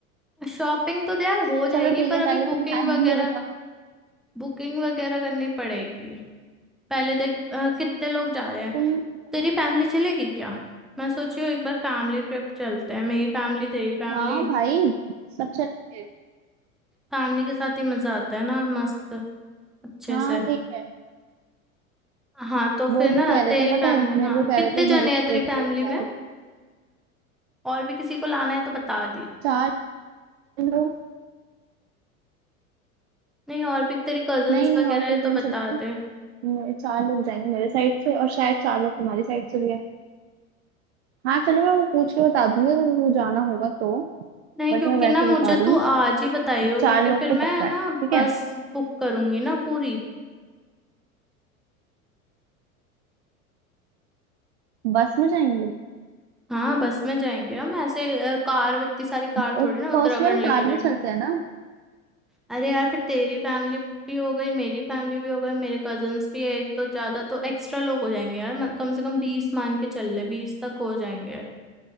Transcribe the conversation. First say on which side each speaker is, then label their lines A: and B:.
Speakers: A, in the centre; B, on the right.
A: शॉपिंग तो तो यार हो
B: चलो
A: जाएगी
B: ठीक
A: पर
B: है
A: अभी
B: पहले
A: बुकिंग
B: तुम प्लानिंग
A: वगैरह
B: ये बताओ
A: बुकिंग वगैरह करनी पड़ेगी पहले देख अ, कितने लोग जा रहे हैं
B: तुम
A: तेरी फैमिली चलेगी क्या मैं सोची हूँ एक बार फैमिली ट्रिप चलते हैं मेरी फैमिली तेरी फैमिली
B: हाँ भाई सब चलेंगे
A: फैमिली के साथ ही मजा आता है ना मस्त अच्छे
B: हाँ
A: से
B: ठीक है
A: हाँ तो फिर
B: वो भी
A: ना
B: कह रहे
A: तेरी
B: थे पता
A: फैमिली
B: है मेरे
A: हाँ
B: को कह
A: कितने
B: रहे थे
A: जने
B: घर
A: हैं तेरी
B: पे कि
A: फैमिली
B: यार
A: में और भी किसी को लाना है तो बता दी
B: चार लोग
A: नहीं और भी तेरी कजन्स
B: नहीं नहीं
A: वगैरह
B: और कोई
A: है
B: तो
A: तो
B: नहीं चलेगा
A: बता दे
B: मे- चार लोग जाएंगे मेरे साइड से और शायद चार लोग तुम्हारी साइड से भी हाँ चलो मैं वो पूछ के बता दूंगी अगर वो जाना होगा तो
A: नहीं
B: बट
A: क्योंकि
B: मैं वैसे
A: ना मुझे
B: बता रही
A: तू
B: हूँ
A: आज ही बताइयो
B: चार
A: क्योंकि
B: लोग
A: फिर
B: तो
A: मैं
B: पक्का
A: ना
B: है ठीक
A: बस
B: है
A: बुक करूंगी ना पूरी
B: बस में जाएंगे
A: हाँ बस में जाएंगे हम ऐसे अ, कार इतनी सारी कार
B: पर्सनल
A: थोड़ी ना उत्तराखंड लेके
B: कार
A: जाएंगे
B: में चलते हैं ना
A: अरे यार फिर तेरी फैमिली भी हो गई मेरी फैमिली भी हो गई मेरे कजन्स भी है एक तो ज्यादा तो एक्स्ट्रा लोग हो जाएंगे यार म- कम से कम बीस मान के चल ले बीस तक हो जाएंगे